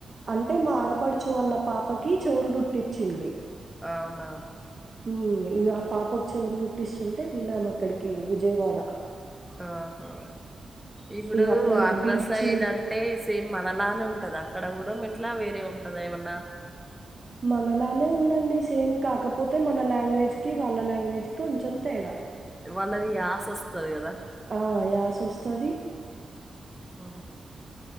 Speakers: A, on the right; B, in the centre.
A: అంటే మా ఆడపడుచువాల్ల పాపకి చెవులు కుట్టించ్చింది
B: అవునా
A: మ్ ఇంక ఆ పాపకి చెవులు కుట్టిస్తుంటే వెళ్ళాం అక్కడికి విజయవాడ
B: ఆహా ఇప్పుడూ
A: ఇగ అట్లనే
B: ఆంధ్ర
A: బీచ్
B: సైడ్ అంటే అంటే సేమ్ మనలానే ఉంటదా అక్కడ కూడా ఎట్లా వేరే ఉంటంద ఏమన్నా
A: మనలానే ఉందండి సేమ్ కాకపోతే మన లాంగ్వేజ్ కి వాళ్ళ లాంగ్వేజ్ కి కొంచెం తేడా
B: వాళ్ళది రాసోస్తది కదా
A: ఆ యాసోస్తాది
B: ఆ